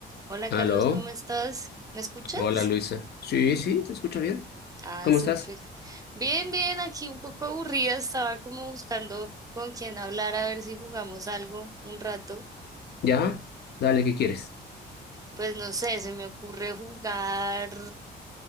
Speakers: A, on the right; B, on the left.
A: Hola Carlos,
B: Aló,
A: ¿cómo estás? ¿Me escuchas?
B: hola Luisa. Sí, sí, te escucho bien.
A: Ah,
B: ¿Cómo
A: súper.
B: estás?
A: Bien, bien, aquí un poco aburrida, estaba como buscando con quién hablar a ver si jugamos algo un rato.
B: ¿Ya? Dale, ¿qué quieres?
A: Pues no sé, se me ocurre jugar